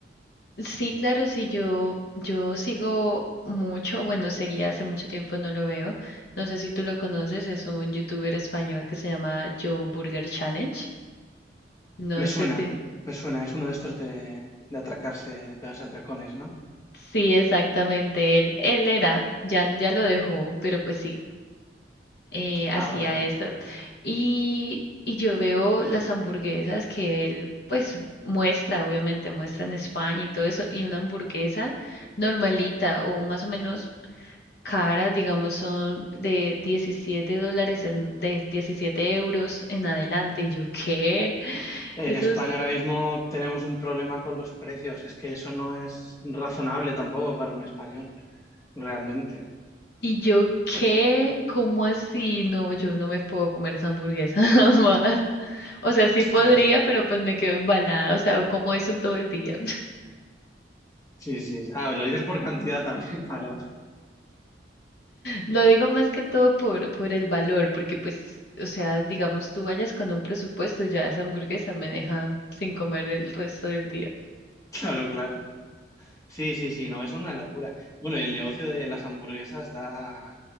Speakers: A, on the left; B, on the left.
A: Sí, claro, sí, yo, yo sigo mucho, bueno, seguía hace mucho tiempo, no lo veo. No sé si tú lo conoces, es un youtuber español que se llama Joe Burger Challenge. No
B: Me suena,
A: sé si...
B: me suena, es uno de estos de, de atracarse, pegarse atracones, ¿no?
A: Sí, exactamente, él, él era, ya, ya lo dejó, pero pues sigue. eh, hacía
B: Ah, vale, vale.
A: esto. Y, y yo veo las hamburguesas que él, pues, muestra, obviamente, muestra en España y todo eso, y una hamburguesa normalita o más o menos cara, digamos, son de 17 dólares, en, de 17 euros en adelante. Y yo, ¿qué?
B: En
A: Eso
B: España
A: es...
B: ahora mismo tenemos un problema con los precios, es que eso no es razonable tampoco para un español, realmente.
A: ¿Y yo qué? ¿Cómo así? No, yo no me puedo comer esa hamburguesa <laughs> jamás. O sea, sí
B: Es
A: podría,
B: que,
A: pero pues me quedo embalada. O sea, como eso en todo el día.
B: sí, sí, ah, lo dices por cantidad también, <laughs> vale, vale,
A: Lo digo más que todo por, por el valor, porque pues, o sea, digamos tú vayas con un presupuesto, ya esa hamburguesa me deja sin comer el resto del día.
B: claro, claro. Sí, sí, sí, no, es una locura. Bueno, y el negocio de las hamburguesas da,